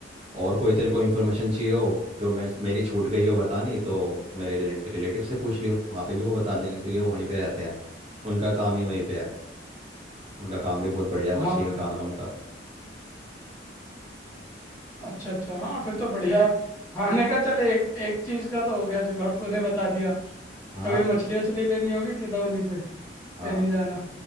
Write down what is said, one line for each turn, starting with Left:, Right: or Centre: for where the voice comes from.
Right: और कोई तेरे को इन्फॉर्मेशन चाहिए हो जो मैं मेरी छूट गई हो बतानी तो मेरे रिले, रिलेटिव से पूछ लियो वहाँ पे भी वो बता देंगे क्योंकि वो वहीं पे रहते हैं उनका काम ही वहीं पे है उनका काम भी बहुत बढ़िया
Left: हाँ
Right: मछली का काम है उनका
Left: अच्छा अच्छा हाँ फिर तो बढ़िया है खाने का चल एक एक चीज का तो हो गया जुगाड़ तूने बता दिया
Right: हाँ
Left: कभी मछली वछली लेनी होगी सीधा उन्हीं से कहीं
Right: हाँ
Left: नहीं जाना